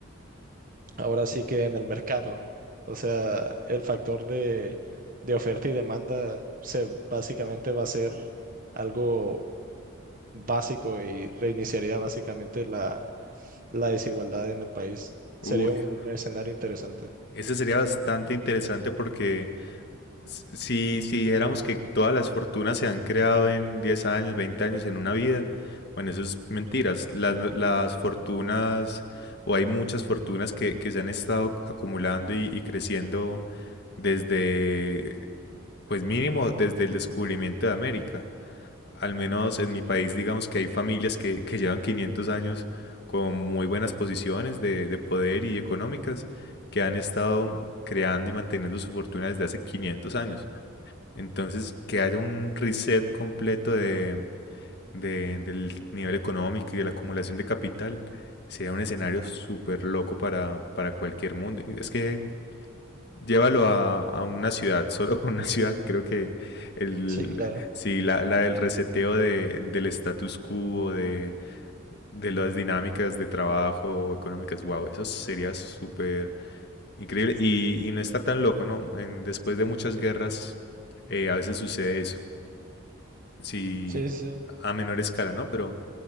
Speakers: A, on the right (about 40°); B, on the left (about 50°).
A: ahora sí que en el mercado. O sea, el factor de, de oferta y demanda se básicamente va a ser algo básico y reiniciaría básicamente la, la desigualdad en el país. Sería
B: Uy,
A: un escenario interesante.
B: ese sería bastante interesante porque Si, si dijéramos que todas las fortunas se han creado en 10 años, 20 años, en una vida, bueno, eso es mentiras. Las, no- las fortunas, o hay muchas fortunas que, que se han estado acumulando y, y creciendo desde, pues mínimo, desde el descubrimiento de América. Al menos en mi país, digamos que hay familias que, que llevan 500 años con muy buenas posiciones de, de poder y económicas, que han estado creando y manteniendo su fortuna desde hace 500 años. Entonces, que haya un reset completo de, de- del nivel económico y de la acumulación de capital sería un escenario súper loco para, para cualquier mundo. Es que llévalo a, a una ciudad, <laughs> solo con una ciudad, creo que el,
A: Sí, claro.
B: sí, la, la del reseteo de, del status quo, de, de las dinámicas de trabajo económicas, wow, eso sería súper increíble y, y no está tan loco, ¿no? En- después de muchas guerras, eh, a veces sucede eso sí,
A: Sí, sí.
B: a menor escala, ¿no? Pero,